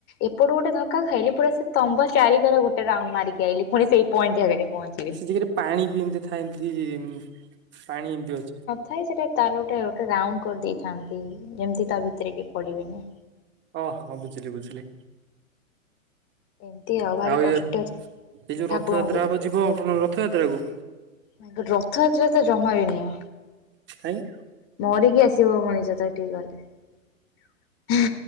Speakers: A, on the left; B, on the right.
A: ଏପଟୁ ଗୋଟେ ଧକ୍କା ଖାଇଲି ପୁରା ସେ ସ୍ତମ୍ଭ ଚାରି କର ଗୋଟେ ରାଉଣ୍ଡ ମାରିକି ଆଇଲି ପୁଣି ସେଇ ପଏଣ୍ଟ ଜାଗାରେ ପଅଞ୍ଚି
B: ସେ ଜାଗାରେ ପାଣିବି ଏମତି ଥାଏ ଏମତି ଇଁ ପାଣି ଏମତି ଅଛି।
A: ଥାଏ ସେଟା ତାର ଗୋଟେ ଗୋଟେ ରାଉଣ୍ଡ କରିଦେଇଥାନ୍ତି ଯେମିତି ତାଭିତରେ କେଇ ପଡ଼ି ବେନି।
B: ଓହୋ ବୁଝିଲି ବୁଝିଲି।
A: ଏମିତି ଭାରି
B: ଆଉ
A: କଷ୍ଟରେ
B: ଏଇ ଏଇ ଯୋଉ
A: ଠାକୁରଙ୍କୁ
B: ରଥଯାତ୍ରା
A: ଦେଖିକି
B: ହବ ଯିବ <unintelligible> ରଥଯାତ୍ରାକୁ?
A: <unintelligible> ରଥଯାତ୍ରାତ ଜମାବି ନୁହଁ।
B: କାଇଁ?
A: ମରିକି ଆସିବ ମଣିଷତ ହେଟିକି ଗଲେ।